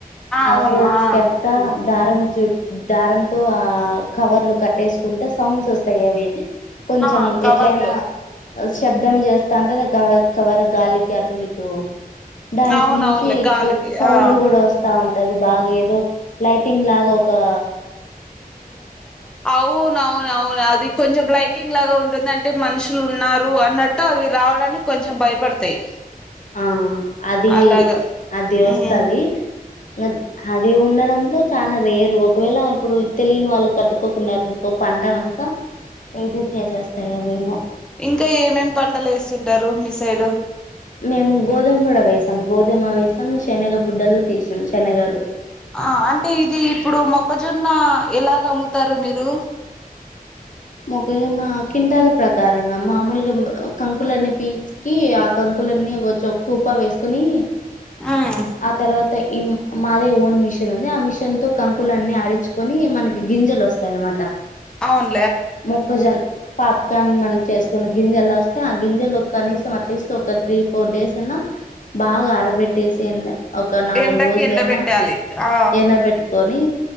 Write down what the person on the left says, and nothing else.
ఆ
ఫోల్స్
కి అంతా దారం చుట్ దారంతో ఆ కవర్లు కట్టేసుకుంటే సౌండ్స్ వస్తాయి అవి కొంచం
ఎట్లైనా శబ్దం చేస్తాంటె అది కవరు గాలికి అటూ ఇటూ దానికి
మించీ
గోస్ సౌండ్
కూడా వస్తా ఉం అది బాగా ఏదో లైటింగ్ లాగా ఒకా
ఆ అదీ
అదేవస్థది
నద్ అది ఉండడంతో చాలా రేరు ఒకవేళ ఇప్పుడు తెలియని వాళ్ళు కట్టుకోకున్నారనుకో పంట అంతా ఇది చేసేస్తాయి అవేమో
మేము గోదుమ కూడా వేసాం గోదుమ వేసాం శనగ బుడ్డలు తీసాం శనగలు
మొక్కజొన్న క్వింటాల ప్రకారంగా మామూలుగా కంకులన్నీ పీకీ ఆ కంకులన్నీ ఒక చో కుప్ప వేసుకొని
ఆ తర్వాత ఈ మాదే ఓన్ మిషన్ ఉంది ఆ మిషన్ తో కంకులన్నీ ఆడించుకొని మనకి గింజలు వస్తాయి అన్నమాట
మొక్కజన్ పాప్కార్న్ మన చేసుకున్న గింజలొస్తే ఆ గింజలు కనీసం అట్లీస్ట్ ఒక త్రీ ఫోర్ డేస్ అన్నా బాగా ఆరబెట్టేసెయెల్ల ఒక్క నాలుగు
రోజులైనా
ఎండబెట్టుకొని